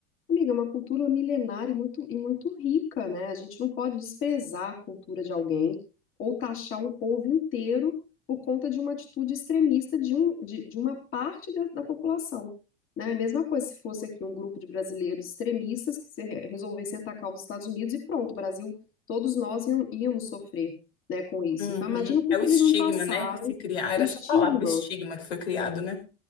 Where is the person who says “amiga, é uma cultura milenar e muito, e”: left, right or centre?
Left